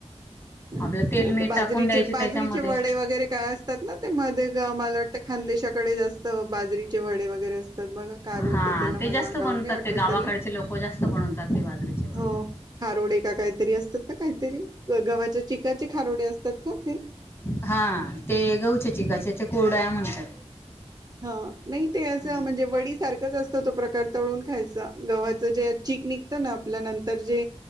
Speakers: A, on the right (about 35°); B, on the left (about 20°).
A: अच्छा
B: आपलं तेल मीठ
A: बाजरीचे
B: टाकून द्यायचे
A: बाजरीचे
B: त्याच्यामध्ये
A: वडे वगैरे काय, असतात ना ते मध्ये ग मला, त्या खानदेशाकडे जास्त बाजरीचे वडे वगैरे असतात बघा काय बोलतात
B: हा
A: त्याला
B: ते
A: मला
B: जास्त
A: नाव
B: बनवतात
A: नाही आठवत
B: ते गावाकडचे
A: त्याला
B: लोक जास्त बनवतात ते बाजरीच्या वड्या
A: हो खारोडे का काहीतरी असतात ना काहीतरी गव्हाच्या चिकाचे खारोडे असतात का ते
B: हा ते गहूच्या चिकाच्या कुरडया म्हणतात
A: ह नाही ते असं
B: हम्म
A: म्हणजे वडी सारखंच असत तो प्रकार तळून खायचा गव्हाचं जे चीक निघतं ना आपल्या नंतर जे